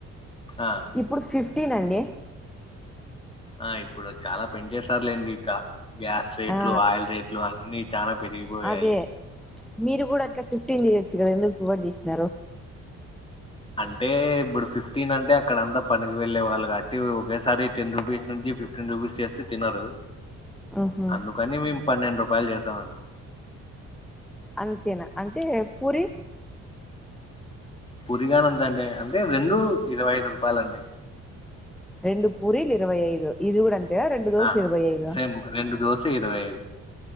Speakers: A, on the left; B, in the centre.
A: ఆ
B: ఇప్పుడు ఫిఫ్టీన్ అండి
A: ఆ ఇప్పుడు చాలా పెంచేసారులేండి ఇంక గ్యాస్ రేట్లు
B: ఆ
A: ఆయిల్ రేట్లు అన్ని చాలా పెరిగిపోయాయి
B: అదే మీరు కూడా అట్లా ఫిఫ్టీన్ చేయచ్చు కదా ఎందుకు ట్వెల్వ్ చేసిన
A: అంటే ఇప్పుడు ఫిఫ్టీన్ అంటే అక్కడంతా పనికి వెళ్ళే వాళ్ళు కాబట్టి ఒకేసారి టెన్ రూపీస్ నుంచి ఫిఫ్టీ ఫిఫ్టీన్ రూపీస్ చేస్తే తినరు
B: ఉహు
A: అందుకని మేము పన్నెండు రూపాయలు చేసామండి
B: అంతేనా అంటే పూరి
A: పురిగానంతేండి అంటే రెండు ఇరవై ఐదు రూపాయలండి
B: రెండు పూరీలు ఇరవై ఐదు ఇది కూడా అంతేగ రెండు దోశలు
A: ఆ
B: ఇరవై ఐదు
A: సేమ్ రెండు దోస ఇరవై ఐదు